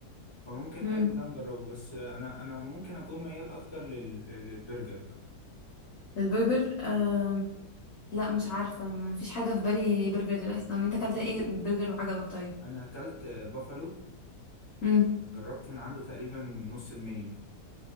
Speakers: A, on the left; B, on the left.
A: فممكن
B: امم
A: حلو ده نجربه بس انا انا ممكن اكون ميال اكتر لل... للبرجر
B: البرجر آه... لا مش عارفة مفيش حاجة في بالي برجر دلوقتي طب انت اكلت ايه برجر وعجبك طيب
A: انا اكلت بافالو
B: امم
A: جربت من عنده تقريبا نص المنيو